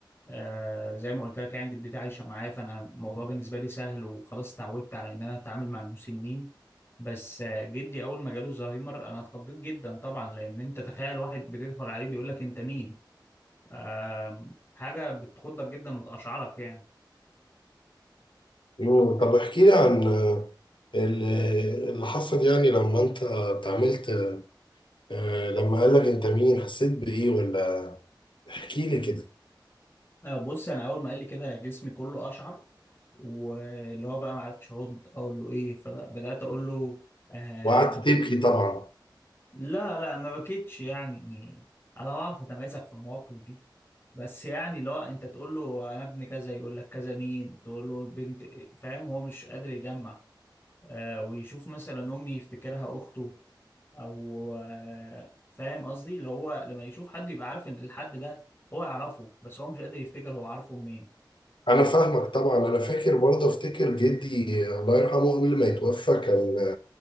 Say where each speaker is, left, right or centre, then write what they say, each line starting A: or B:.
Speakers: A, on the left (about 30°); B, on the left (about 85°).
A: آه زي ما قلت لك يعني جدتي عايشة معايا فأنا الموضوع بالنسبة لي سهل وخلاص اتعودت على إن أنا أتعامل مع المسنين بس آه جدي أول ما جاله زهايمر أنا اتخضيت جدا طبعا لأن أنت تخيل واحد بتدخل عليه بيقول لك أنت مين آه حاجة بتخضك جدا وتقشعرك يعني
B: مم. طب احكي لي عن ال- اللي حصل يعني لما انت اتعاملت آه، لما قال لك انت مين حسيت بايه ولا احكي لي كده
A: آه بص أنا أول ما قال لي كده جسمي كله أشعر واللي هو بقى ما عرفتش أرد أقول له إيه فبدأت أقول له آه
B: وقعدت تبكي طبعا
A: لا لا ما بكيتش يعني أنا بعرف أتماسك في المواقف دي بس يعني لا انت تقول له انا ابن كذا يقول لك كذا مين تقول له بنت فاهم هو مش قادر يجمع آه ويشوف مثلا امي يفتكرها اخته او آه فاهم قصدي اللي هو لما يشوف حد يبقى عارف ان الحد ده هو يعرفه بس هو مش قادر يفتكر هو عارفه منين
B: انا فاهمك طبعا انا فاكر برضه افتكر جدي الله يرحمه قبل ما يتوفى كان